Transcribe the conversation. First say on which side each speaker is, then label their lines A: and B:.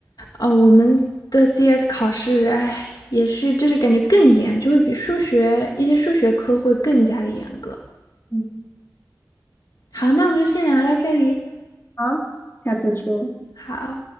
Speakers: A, on the left (about 65°); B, on the left (about 30°).
A: 哦，我们的 CS 考试，哎，也是就是感觉更严，就会比数学一些数学科会更加的严格。
B: 嗯，
A: 好，那我们就先聊到这里。
B: 好，下次说。
A: 好。